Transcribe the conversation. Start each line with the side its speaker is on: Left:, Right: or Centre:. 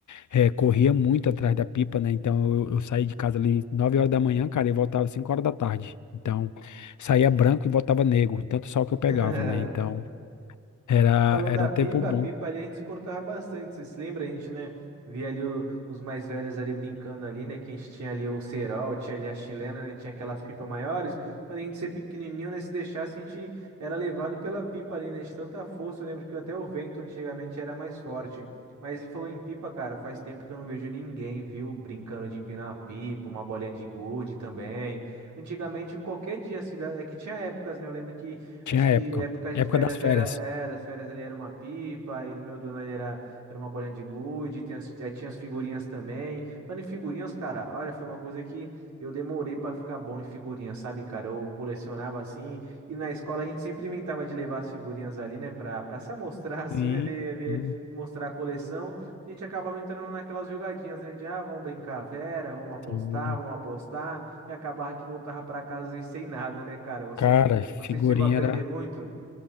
Left: É, corria muito atrás da pipa, né? Então eu, eu saí de casa ali 9 horas da manhã, cara, e voltava 5 horas da tarde. Então saía branco e voltava negro. Tanto sol que
Right: <laughs>
Left: eu pegava, né? Então era,
Right: Falou
Left: era
Right: da
Left: um
Right: pipa,
Left: tempo bom.
Right: a pipa ali a gente se cortava bastante, vocês lembram? A gente, né, via ali o- os mais velhos ali brincando ali, né, que a gente tinha ali o cerol, tinha ali a chilena, né, tinha aquelas pipas maiores, mas a gente ser pequenininho, né, se deixasse a gente era levado pela pipa ali, né, de tanta força, eu lembro que até o vento antigamente era mais forte. Mas e falou em pipa, cara, faz tempo que eu não vejo ninguém, viu, brincando de empinar a pipa, uma bolinha de gude também. Antigamente, qualquer dia, assim, da- é que tinha épocas, né, eu lembro que
Left: Tinha
Right: Acho que
Left: época.
Right: época de
Left: Época
Right: férias
Left: das férias.
Right: era, é, das férias ali era uma pipa, e no meu do ano ali era, era uma bolinha de gude, tinha, as- aí tinha as figurinhas também. Mano, e figurinhas, cara, olha, foi uma coisa que eu demorei pra ficar bom em figurinhas, sabe, cara? Eu colecionava assim, e na escola a gente sempre inventava de levar as figurinhas ali, né, pra, pra se amostrar <laughs> assim,
Left: Sim,
Right: né, ver, ver,
Left: sim,
Right: mostrar a coleção. A gente acabava entrando naquelas jogadinhas, né, de, ah, vamos brincar, Vera, vamos apostar,
Left: sim.
Right: vamos apostar, e acabava que voltava pra casa às vezes sem nada, né, cara? Você.
Left: Cara, figurinha
Right: Você chegou a perder
Left: era.
Right: muito?